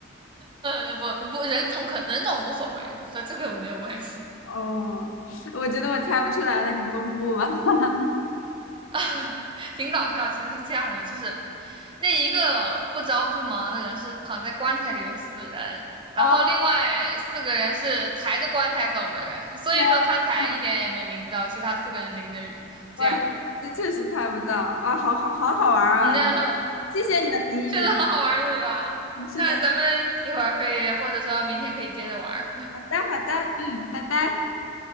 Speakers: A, on the right; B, on the left.
A: 嗯，不不，人种可人种无所谓，和这个没有关系。
B: 哦，我觉得我猜不出来了，你公布吧。<laughs>
A: <laughs> 挺搞笑。其实是这样的，就是那一个不着不忙的人是躺在棺材里的死人，然后另外四个人是抬着棺材走的人，
B: 哦，
A: 所以说他才一点也没淋到，
B: 天呐，
A: 其他四个人淋着雨这样的。
B: 哇塞，这确实猜不到啊！好好好好玩啊！
A: 嗯那 <laughs>
B: 谢谢你的谜语。
A: 确实很好玩，是吧？
B: 嗯，是的，
A: 那咱们一会儿可以，或者说明天可以接着玩儿
B: 好的，好的，嗯，拜拜。